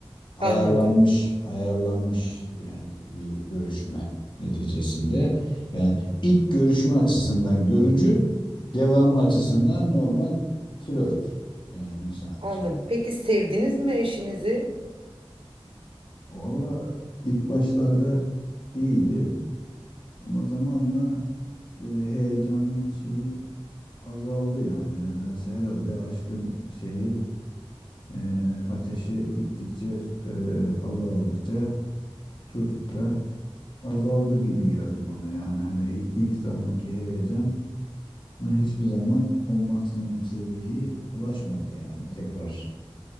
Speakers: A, on the left (about 55°); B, on the right (about 75°).
A: Ayarlanmış,
B: anladım.
A: ayarlanmış yani bir görüşme neticesinde. Yani ilk görüşme açısından görücü, devamı açısından normal flört. Yani insan
B: Anladım.
A: şey.
B: Peki sevdiniz mi eşinizi?
A: Valla ilk başlarda iyiydi ama zamanla e, heyecanın şeyi azaldı yani. Nedense herhalde aşkın şeyi e, ateşi gittikçe e, azaldıkça tutku da azaldı gibi geldi bana yani. Hani ilk, ilk zamanki heyecanı hiçbir zaman o maksimum seviyeye ulaşmadı yani tekrar.